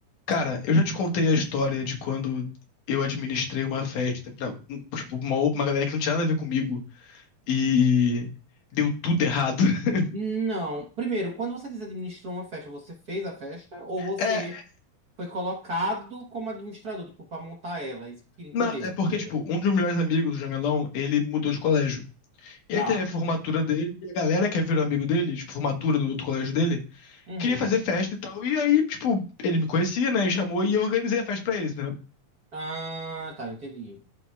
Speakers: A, on the left (about 85°); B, on the right (about 50°).
A: Cara, eu já te contei a história de quando eu administrei uma festa pra um- tipo, uma, uma galera que não tinha nada a ver comigo e deu tudo errado. <laughs>
B: Não. Primeiro, quando você diz administrou uma festa, você fez a festa ou você
A: É,
B: foi colocado como administrador, tipo, pra montar ela? É Isso que eu queria
A: não,
B: entender
A: é porque,
B: primeiro.
A: tipo, um dos meus melhores amigos, o Jamelão, ele mudou de colégio. E
B: Tá.
A: aí teve a formatura dele, e a galera que virou amigo dele, tipo, formatura do outro colégio dele,
B: Uhum.
A: queria fazer festa e tal. E aí, tipo, ele me conhecia, né? E chamou e eu organizei a festa pra eles, entendeu?
B: Ah, tá, entendi.